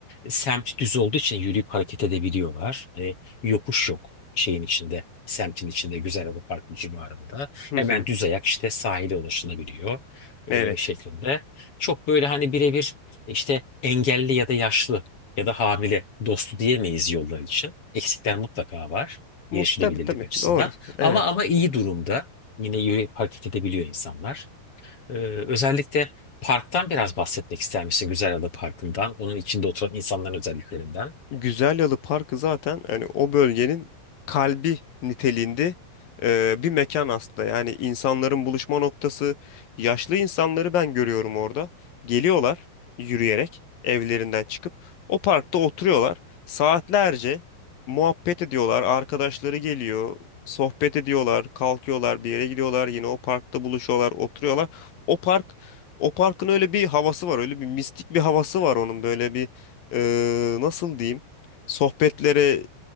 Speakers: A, on the left; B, on the left.
A: semt düz olduğu için yürüyüp hareket edebiliyorlar. Hani yokuş yok şeyin içinde, semtin içinde, Güzel Parkı civarında.
B: Hı
A: Hemen
B: hı.
A: düz ayak işte sahile ulaşılabiliyor e,
B: Evet.
A: şeklinde. Çok böyle hani birebir işte engelli ya da yaşlı ya da hamile dostu diyemeyiz yollar için. Eksikler mutlaka var
B: Muht
A: erişilebilirlik
B: tabii tabii.
A: açısından.
B: Doğru. Evet.
A: Ama ama iyi durumda. Yine yürüyüp hareket edebiliyor insanlar. Ee, özellikle parktan biraz bahsetmek ister misin? Güzelada Parkı'ndan, onun içinde oturan insanların özelliklerinden.
B: Güzelyalı Parkı zaten hani o bölgenin kalbi niteliğinde e, bir mekan aslında. Yani insanların buluşma noktası. Yaşlı insanları ben görüyorum orada. Geliyorlar yürüyerek evlerinden çıkıp o parkta oturuyorlar. Saatlerce muhabbet ediyorlar. Arkadaşları geliyor, sohbet ediyorlar, kalkıyorlar, bir yere gidiyorlar, yine o parkta buluşuyorlar, oturuyorlar. O park o parkın öyle bir havası var, öyle bir mistik bir havası var onun böyle bir e, nasıl diyeyim? sohbetlere